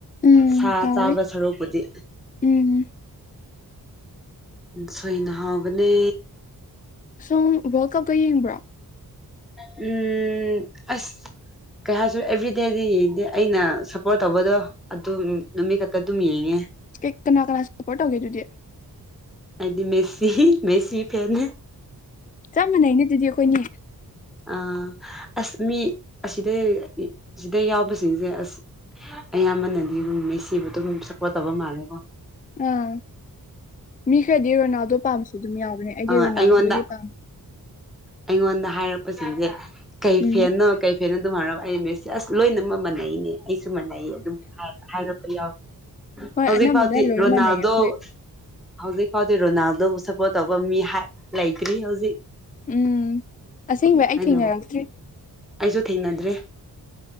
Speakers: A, on the left; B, in the centre.
A: ꯎꯝ
B: ꯁꯥ
A: ꯍꯥꯎꯋꯦ
B: ꯆꯥꯕ ꯁꯔꯨꯛꯄꯨꯗꯤ
A: ꯎꯝ
B: ꯁꯣꯏꯅ ꯍꯥꯎꯕꯅꯦ
A: ꯁꯣꯝ ꯋꯥꯔꯜ ꯀꯞꯀꯥ ꯌꯦꯡꯕ꯭ꯔꯣ
B: ꯎꯝ ꯑꯁ ꯀꯩ ꯍꯥꯏꯗꯨ ꯑꯦꯚ꯭ꯔꯤꯗꯦꯗꯤ ꯌꯦꯡꯗꯦ ꯑꯩꯅ ꯁꯞꯄꯣꯔꯠ ꯇꯧꯕꯗꯣ ꯑꯗꯨ ꯅꯨꯃꯤꯠ ꯈꯛꯇ ꯑꯗꯨꯝ ꯌꯦꯡꯉꯦ
A: ꯑꯦ ꯀꯅꯥ ꯀꯅꯥ ꯁꯞꯄꯣꯔꯠ ꯇꯧꯒꯦ ꯑꯗꯨꯗꯤ
B: ꯑꯩꯗꯤ ꯃꯦꯁꯤ ꯃꯦꯁꯤ ꯐꯦꯟꯅꯦ
A: ꯆꯞ ꯃꯥꯟꯅꯩꯅꯦ ꯑꯗꯨꯗꯤ ꯈꯣꯏꯅꯤ
B: ꯑꯥ ꯑꯁ ꯃꯤ ꯑꯁꯤꯗꯩ ꯑꯁꯤꯗ ꯌꯥꯎꯕꯁꯤꯡꯁꯦ ꯑꯁ ꯑꯌꯥꯝꯕꯅꯥꯅꯦ ꯃꯦꯁꯤꯕꯨ ꯗꯨꯝ ꯁꯞꯄꯣꯔꯠ ꯇꯧꯕ ꯃꯥꯜꯂꯦꯀꯣ
A: ꯑꯥ ꯃꯤ ꯈꯔꯗꯤ ꯔꯣꯅꯥꯜꯗꯣ ꯄꯥꯝꯕꯁꯨ ꯑꯗꯨꯝ ꯌꯥꯎꯕꯅꯦ ꯑꯩꯗꯤ
B: ꯑ
A: ꯔꯣꯅꯥꯜꯗꯣꯗꯤ
B: ꯑꯩꯉꯣꯟꯗ
A: ꯄꯥꯝꯃꯦ
B: ꯑꯩꯉꯣꯟꯗ ꯍꯥꯏꯔꯛꯄꯁꯤꯡꯁꯦ ꯀꯩ
A: ꯎꯝ
B: ꯐꯦꯟꯅꯣ ꯀꯩ ꯐꯦꯟ ꯑꯗꯨꯝ ꯍꯥꯏꯔ ꯑꯩ ꯃꯦꯁꯤ ꯑꯁ ꯂꯣꯏꯅꯃꯛ ꯃꯥꯟꯅꯩꯅꯦ ꯑꯩꯁꯨ ꯃꯥꯟꯅꯩ ꯑꯗꯨꯝ ꯍꯥꯏ ꯍꯥꯏꯔꯛꯄ ꯌꯥꯎ
A: ꯍꯣꯏ
B: ꯍꯧꯖꯤꯛ
A: ꯑꯅꯝꯕꯅ
B: ꯐꯥꯎꯇꯤ
A: ꯂꯣꯏ
B: ꯔꯣꯅꯥꯜꯗꯣ
A: ꯃꯥꯟꯅꯩ ꯑꯩꯈꯣꯏ
B: ꯍꯧꯖꯤꯛ ꯐꯥꯎꯗꯤ ꯔꯣꯅꯥꯜꯗꯣꯕꯨ ꯁꯞꯄꯣꯔꯠ ꯇꯧꯕ ꯃꯤ ꯍꯥꯏ ꯂꯩꯇ꯭ꯔꯤ ꯍꯧꯖꯤꯛ
A: ꯎꯝ ꯑꯁꯦꯡꯕꯩ ꯑꯩ
B: ꯑꯩꯅꯕꯨ
A: ꯊꯦꯡꯅꯔꯛꯇ꯭ꯔꯤ
B: ꯑꯩꯁꯨ ꯊꯦꯡꯅꯗ꯭ꯔꯦ